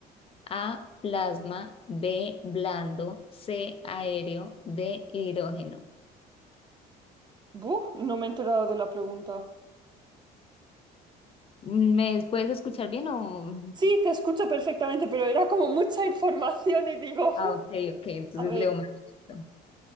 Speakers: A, on the left (about 30°); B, on the right (about 25°).
A: A, plasma, B, blando, C, aéreo, D, hidrógeno.
B: Buh, no me he enterado de la pregunta.
A: ¿Me puedes escuchar bien o...?
B: Sí, te escucho perfectamente, pero era como mucha información y digo,
A: Ah, ok, ok, entonces
B: <laughs> a ver,
A: leo más. lento.